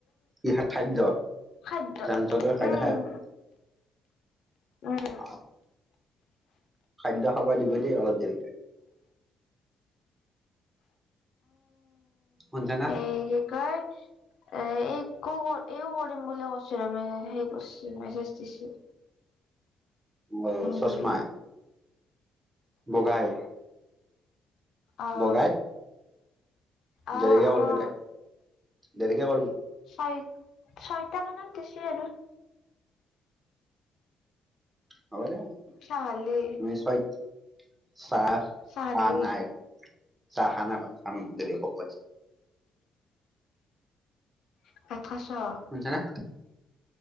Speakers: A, on the right; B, on the left.
A: কি খা- খাদ্য
B: খাদ্য
A: খাদ্য খাই
B: উম
A: আছে
B: উম
A: অ', খাদ্য, খাব দিব দেই, অলপ দেৰিকে শুনিচা না?
B: এ কি কয় এ একো এইও কৰিম বুলি কৈছো ৰ মে সেই কৰিছ মেছেজ দিছো।
A: অ', চষ্মা?
B: বুলি
A: বগাই?
B: আহ
A: বগাই
B: আহ
A: দেৰিকে কৰিবি
B: আহ।
A: দে দেৰিকে কৰিবি
B: ছয় ছয়টা মানত বেছি আৰু। <inaudible>
A: হ'ব দে
B: চাহালি
A: ম চৈত চাহ
B: চাহালি
A: চাহ নাই চাহ খানে খান দে পক।
B: <inaudible>
A: শুনিচা নে?